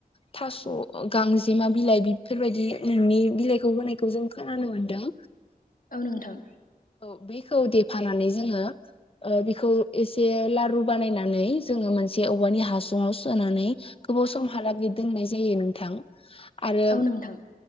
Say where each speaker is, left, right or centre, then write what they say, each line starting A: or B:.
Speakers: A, on the left (about 40°); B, on the left (about 65°).
A: थास' गांजेमा बिलाइ बेफोरबायदि नोंनि बिलाइखौ होनायखौ जों खोनानो मोनदों
B: औ नोंथां
A: औ बेखौ देफानानै जोङो बिखौ एसे लारु बानायनानै जोङो मोनसे औवानि हासुङाव सोनानै गोबाव समहालागै दोननाय जायो नोंथां आरो
B: औ नोंथां